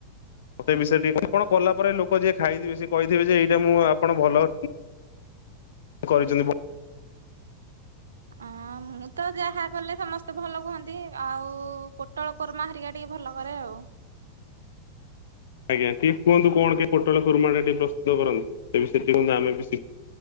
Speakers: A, on the left; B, on the right.
A: ମୋ ସେ ବିଷୟ ଟିକେ କଣ କଲା ପରେ ଲୋକ ଯିଏ ଖାଇଥିବେ ସେ କହିଥିବେ ଯେ ଏଇଟା ମୁଁ ଆପଣ ଭଲ କରିଛନ୍ତି ଭ
B: ଅଁ ମୁଁ ତ ଯାହା କଲେ ସମସ୍ତେ ଭଲ କୁହନ୍ତି। ଆଉ ପୋଟଳ କୋରମା ହରିକା ଟିକେ ଭଲ କରେ ଆଉ।
A: ଆଜ୍ଞା ଟିକେ କୁହନ୍ତୁ କଣ ପୋଟଳ କୁର୍ମା ଟିକେ ପ୍ରସ୍ତୁତ କରନ୍ତି। ସେ ବିଷୟ ଟିକେ ମୁଁ ଜାଣଲେ ଆମେ ବି